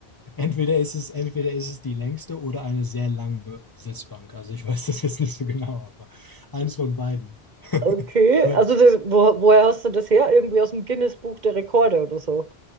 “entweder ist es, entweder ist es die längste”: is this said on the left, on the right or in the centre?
Left